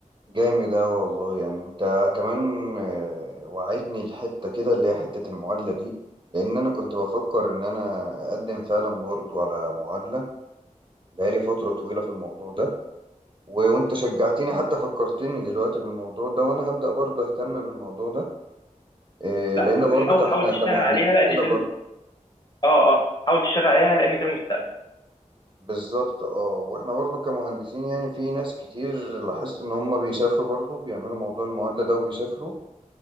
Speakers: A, on the right; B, on the left.
A: جامد أوي والله يعني أنت كمان آه، وعيتني الحتة كده اللي هي حتة المعادلة دي لأن أنا كنت بفكر إن أنا أقدم فعلا برضو على معادلة بقالي فترة طويلة في الموضوع ده و... وأنت شجعتني حتى فكرتني دلوقتي بالموضوع ده وأنا هبدأ برضو أهتم بالموضوع ده آه،
B: لا
A: لأن برضو
B: حاول
A: ك- إحنا
B: حاول تشتغل
A: كمهندسين
B: عليها لان
A: كده
B: ده
A: برضو
B: ال- اه اه حاول تشتغل عليها لان ده المستقبل
A: بالظبط اه واحنا برضو كمهندسين يعني في ناس كتير لاحظت ان هم بيسافروا برضو بيعملوا موضوع المعادلة ده وبيسافروا